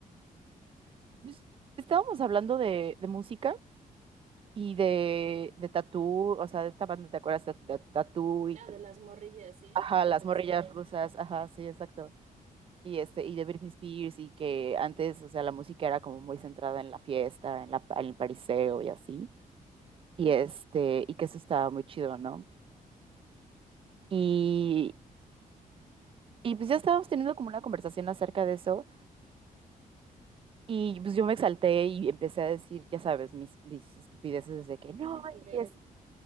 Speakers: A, on the right; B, on the right.
A: Pues, estábamos hablando de, de música y de, de Tatú, o sea, de esta banda, ¿te acuerdas? De, de Tatú y...
B: Ah,
A: t-
B: de las morrillas, ¿sí?
A: Ajá,
B: Controversial,
A: las morrillas rusas,
B: ajá.
A: ajá, sí, exacto. Y, este, y de Britney Spears y que antes, o sea, la música era como muy centrada en la fiesta, en la, en el pariseo y así. Y, este, y que eso estaba muy chido, ¿no? Y, y pues ya estábamos teniendo como una conversación acerca de eso. Y pues yo me exalté y empecé a decir, ya sabes, mis, mis estupideces de que no,
B: Ujú,
A: y es-